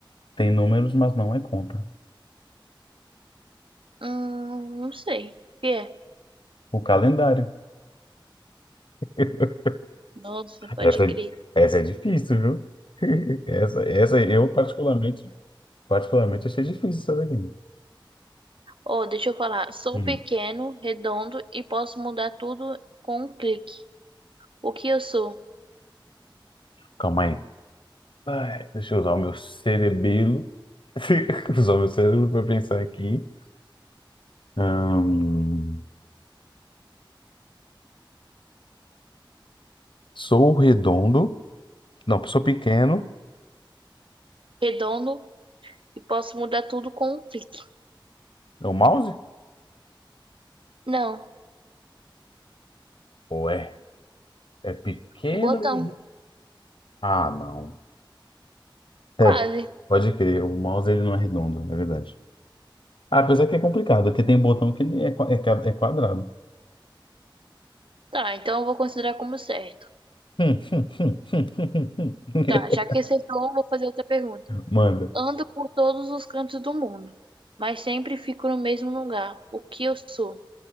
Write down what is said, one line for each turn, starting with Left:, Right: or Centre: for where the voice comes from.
Left: Tem números, mas não é conta.
Right: Hum, não sei. O que é
Left: O calendário. <laughs>
Right: Nossa, pode
Left: Essa,
Right: crer.
Left: é- essa é difícil, viu? <laughs> Essa, essa eu particularmente, particularmente achei difícil essa daqui.
Right: Oh, deixa eu falar. Sou
Left: Hum,
Right: pequeno, redondo e posso mudar tudo com um clique. O que eu sou?
Left: calma aí. Ai, deixa eu usar o meu cerebelo. <laughs> Usar o meu cérebro para pensar aqui. Ahn, sou redondo. Não, eu sou pequeno.
Right: Redondo e posso mudar tudo com um clique.
Left: É o mouse?
Right: Não,
Left: Ou é? É pequeno
Right: um botão.
Left: e. Ah, não. É,
Right: Quase.
Left: pode crer. O mouse ele não é redondo, na verdade. Ah, apesar que é complicado, porque tem botão que ele é, qua- é ca- é quadrado.
Right: Tá, então eu vou considerar como certo.
Left: Hum, hum, hum, hum, hum, hum, hum. <laughs>
Right: Tá, já que acertou, eu vou fazer outra pergunta.
Left: Manda.
Right: Ando por todos os cantos do mundo, mas sempre fico no mesmo lugar. O que eu sou?